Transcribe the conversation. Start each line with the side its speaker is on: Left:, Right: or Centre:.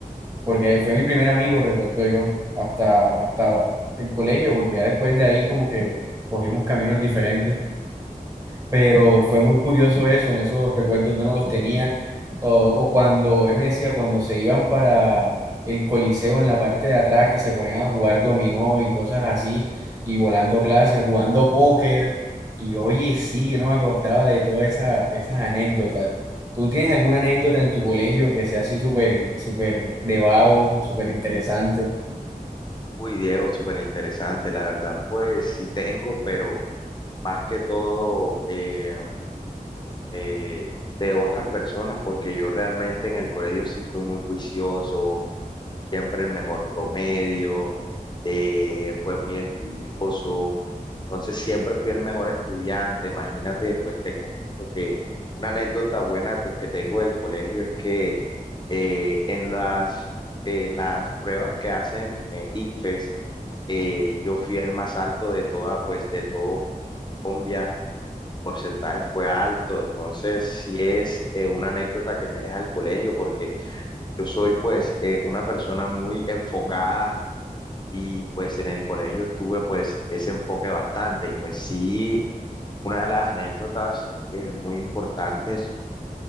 Right: porque fue mi primer amigo, recuerdo yo, hasta, hasta el colegio, porque ya después de ahí como que cogimos caminos diferentes pero fue muy curioso eso, esos recuerdos no los tenía, o, o cuando él me decía, cuando se iban para el Coliseo en la parte de atrás, que se ponían a jugar dominó y cosas así, y volando clases, jugando póker, y oye, sí, yo no me acordaba de todas esas, esas anécdotas. ¿Tú tienes alguna anécdota en tu colegio que sea así súper, súper de vago, súper interesante?
Left: Uy, Diego, súper interesante, la verdad. Pues sí tengo, pero más que todo eh, eh, de otras personas, porque yo realmente en el colegio sí fui muy juicioso, siempre el mejor promedio, eh, fue muy estudioso, entonces siempre fui el mejor estudiante, imagínate, pues te comento que una anécdota buena pues que tengo del colegio es que eh, en las, en las pruebas que hacen en ICFES, eh, yo fui el más alto de toda, pues de todo Colombia, el porcentaje fue alto, entonces sí es eh, una anécdota que me deja el colegio porque yo soy pues eh, una persona muy enfocada y pues en el colegio estuve pues ese enfoque bastante y pues sí, una de las anécdotas eh, muy importantes